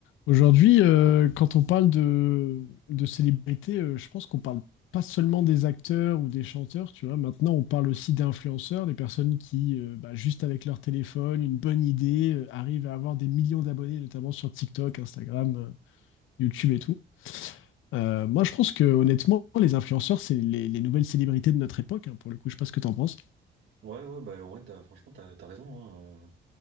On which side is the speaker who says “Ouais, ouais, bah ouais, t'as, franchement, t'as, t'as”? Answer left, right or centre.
Right